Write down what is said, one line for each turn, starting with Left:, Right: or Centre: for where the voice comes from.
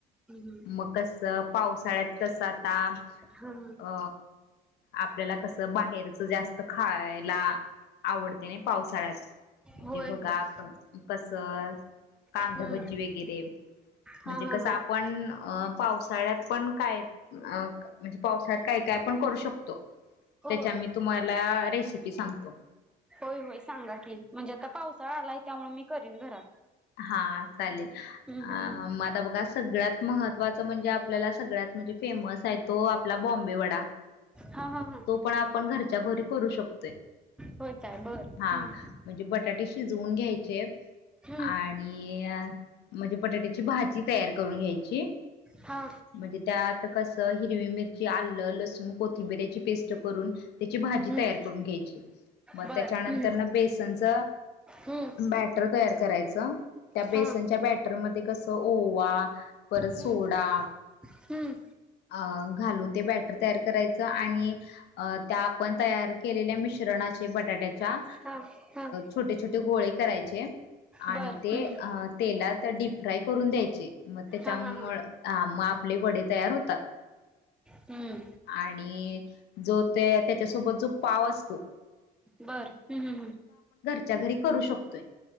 Centre: हम्म
Left: मग कसं पावसाळ्यात कसं आता
Centre: हा हा
Left: अ आपल्याला कस बाहेरच जास्त खायला आवडत त्याने पावसाळ्यात म्हणजे
Centre: होय
Left: बघा
Centre: होय
Left: कस कांदाभजी
Centre: हम्म
Left: वगैरे म्हणजे
Centre: हा हा
Left: कसं
Centre: हा
Left: आपण अ पावसाळ्यात पण काय अ म्हणजे पावसाळ्यात काय काय पण करू शकतो त्याच्या
Centre: होय
Left: मी तुम्हाला रेसिपी सांगतो
Centre: होय होय सांगा की म्हणजे आता पावसाळा आलाय त्यामुळे मी करीन घरात
Left: हा चालेल
Centre: हम्म हम्म
Left: अ
Centre: हम्म
Left: मग आता बघा सगळ्यात महत्वाच म्हणजे आपल्याला सगळ्यात म्हणजे फेमस आहे तो आपला बॉम्बे वडा
Centre: हा हा हा
Left: तो पण आपण घरच्या घरी करू शकतोय
Centre: होय काय बर
Left: हा
Centre: हम्म
Left: म्हणजे बटाटे शिजवून घ्यायचे
Centre: हम्म
Left: आणि म्हणजे बटाट्याची भाजी तयार करून घ्यायची
Centre: हा
Left: म्हणजे त्या आता कस हिरवी मिरची आलं लसूण कोथिंबिरची पेस्ट करून त्याची भाजी
Centre: हम्म
Left: तयार करून घ्यायची मग
Centre: बर
Left: त्याच्यानंतर
Centre: हम्म
Left: ना बेसनच
Centre: हम्म
Left: बॅटर तयार करायचं त्या बेसनच्या
Centre: हा
Left: बॅटरमध्ये कसं ओवा परत
Centre: हम्म
Left: सोडा
Centre: हम्म
Left: अ घालून ते बॅटर तयार करायचं आणि त्या आपण तयार केलेल्या मिश णा बटाट्याच्या
Centre: हा हा
Left: छोट छोटे गोळे करायचे
Centre: बर
Left: आणि ते
Centre: हम्म
Left: तेलात डीप फ्राय करून द्यायचे मग त्याच्या
Centre: हा हा हा
Left: मग आपले वडे तयार होतात
Centre: हम्म
Left: आणि जो ते त्याच्यासोबत जो पाव असतो
Centre: बर हम्म हम्म्
Left: च्या घरी करू शकतोय